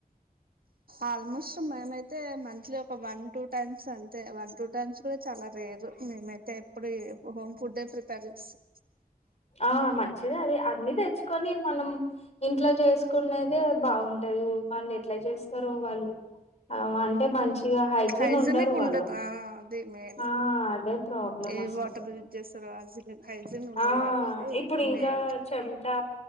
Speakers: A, on the right (about 70°); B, on the left (about 45°).
A: ఆల్మోస్ట్ మేమైతే, మంత్లీ ఒక వన్ టూ టైమ్స్ అంతే, వన్ టూ టైమ్స్ కూడా చాలా రేరు, మేమైతే ఎప్పుడు హోమ్ ఫుడే ప్రిపేర్. చేస్తాం
B: ఆ మంచిదే అది అన్ని తెచ్చుకొని మనం ఇంట్లో చేసుకున్నదే బాగు. తెలుగు మాల్లె. ఎట్లా జెస్తారో వాళ్ళు అ అంటే మంచిగా హయ్జిన్
A: హైజనిక్
B: ఉంటారు వాళ్ళు
A: ఉండదు ఆ అది మెయిన్
B: ఆ. ప్రాబ్లం
A: ఏ
B: అసలు
A: వాటర్ యూజ్ జెస్తారో అది. హైజీన్ ఉండదు
B: ఆ
A: కాబట్టి
B: ఇప్పుడు ఇంకా
A: మెయిన్,
B: చెమటా